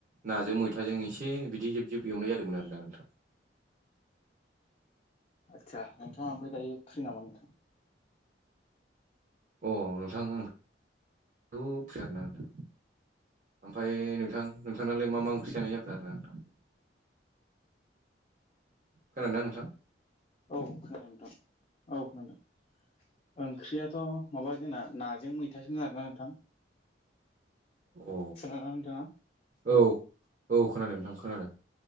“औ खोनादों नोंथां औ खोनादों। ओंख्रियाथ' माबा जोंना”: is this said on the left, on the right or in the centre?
Left